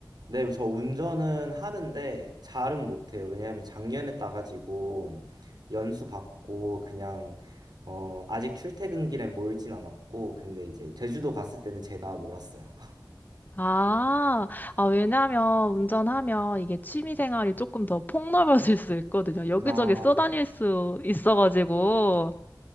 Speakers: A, on the right (about 65°); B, on the left (about 25°).
A: 네, 저 운전은 하는데 잘은 못해요. 왜냐하면 작년에 따가지고 연수 받고 그냥 어, 아직 출퇴근 길엔 몰진 않았고 근데 이제 제주도 갔을 때는 제가 몰았어요.
B: 아, 아, 왜냐면 운전하면 이게 취미 생활이 조금 더 폭넓어질 수 있거든요. 여기저기
A: 아.
B: 쏘다닐 수 있어가지고.